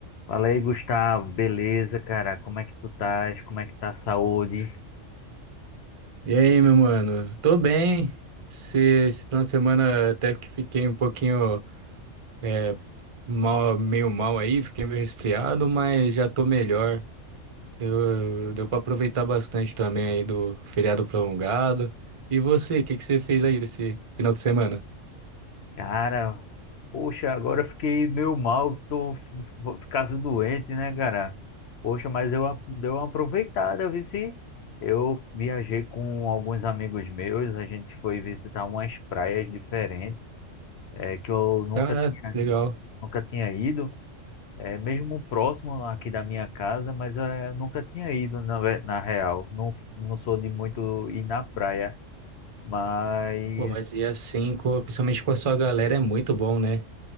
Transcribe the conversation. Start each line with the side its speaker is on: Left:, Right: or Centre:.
Left: Fala aí, Gustavo. Beleza, cara? Como é que tu estás? Como é que tá a saúde?
Right: E aí, meu mano? Tô bem. Esse, esse final de semana até que fiquei um pouquinho é, mal, meio mal aí, fiquei meio resfriado, mas já tô melhor. Deu, deu pra aproveitar bastante também aí do feriado prolongado. E você, o que que você fez aí nesse final de semana?
Left: Cara, poxa, agora eu fiquei meio mal, tô f- f- ficando doente, né, cara? Poxa, mas eu a- dei uma aproveitada, eu vi se eu viajei com alguns amigos meus, a gente foi visitar umas praias diferentes, é, que eu nunca
Right: Caraca,
Left: tinha,
Right: que legal.
Left: nunca tinha ido, é, mesmo próximo aqui da minha casa, mas é, eu nunca tinha ido na, ve- na real. Não, não sou de muito ir na praia. Mas
Right: Pô, mas e assim, co- principalmente com a sua galera, é muito bom, né?